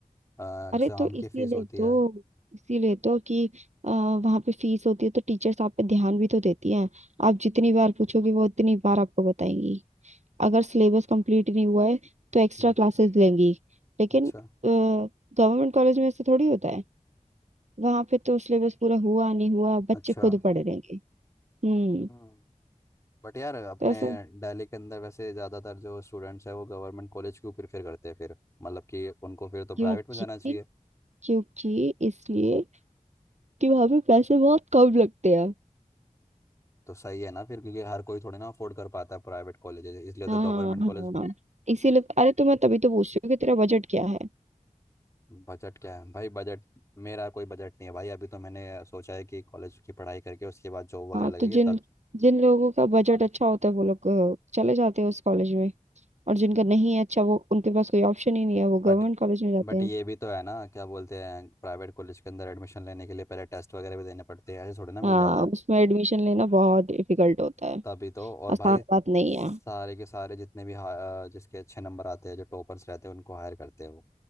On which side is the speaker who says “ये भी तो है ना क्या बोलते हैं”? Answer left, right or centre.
Left